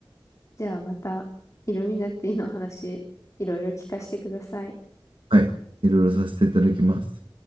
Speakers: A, on the left; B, on the right.
A: じゃあまた、イルミナティの話、いろいろ聞かせてください。
B: はい。いろいろさせていただきます。